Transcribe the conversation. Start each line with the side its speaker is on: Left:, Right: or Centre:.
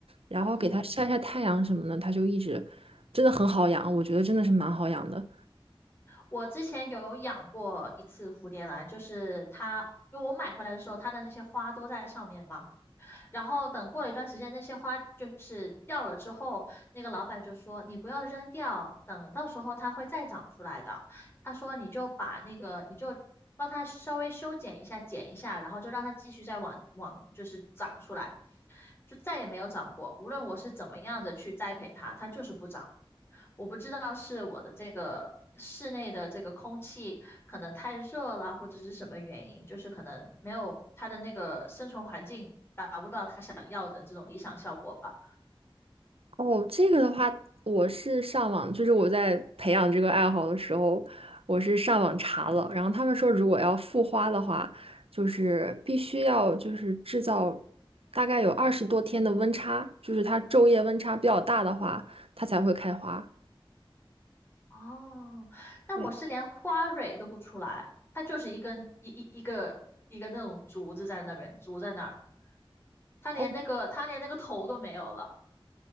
Right: 然后给它晒晒太阳什么的，
Left: 嗯
Right: 它就一直真的很好养，我觉得真的是蛮好养的。
Left: 我之前有养过一次蝴蝶兰，就是它，就我买回来的时候，它的那些花都在上面嘛。然后等过了一段时间，那些花就是掉了之后，那个老板就说你不要扔掉，等到时候它会再长出来的。他说你就把那个你就帮它稍微修剪一下，剪一下，然后就让它继续再往往就是长出来，就再也没有长过。无论我是怎么样的去栽培它，它就是不长。我不知道是我的这个室内的这个空气可能太热了，或者是什么原因，就是可能没有它的那个生存环境达不到它想要的这种理想效果吧。
Right: 哦，这个的话，我是上网，就是我在培养这个爱好的时候，我是上网查了，然后他们说，如果要复花的话，就是必须要就是制造大概有二十多天的温差，就是它昼夜温差比较大的话，它才会开花。
Left: 哦，但我是连花蕊都不出来，
Right: 对，
Left: 它就是一根一一一个一个那种竹子在那边，竹在那儿，它连那个它连那个头都没有了。
Right: 哦，